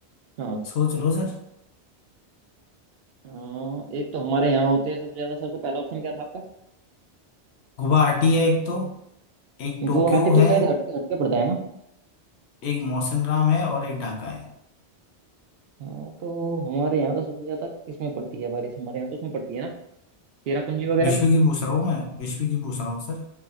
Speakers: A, on the right; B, on the left.
A: हाँ
B: सोच लो सर
A: अ, एक तो हमारे यहाँ होते हैं सबसे ज्यादा सबसे पहला ऑप्शन क्या था आपका
B: गुवाहाटी है एक तो एक टोक्यो
A: गुवाहाटी तो
B: है
A: शायद हटके हटके पड़ता है ना
B: एक मौसिन राम है और एक ढाका है
A: हाँ तो हमारे यहाँ तो सबसे ज्यादा किसमें पड़ती है बारिश हमारे यहाँ तो उसमें पड़ती है ना चेरापूंजी वगैरह
B: विश्व
A: में
B: की पूछ रहा हूँ मैं विश्व की पूछ रहा हूँ सर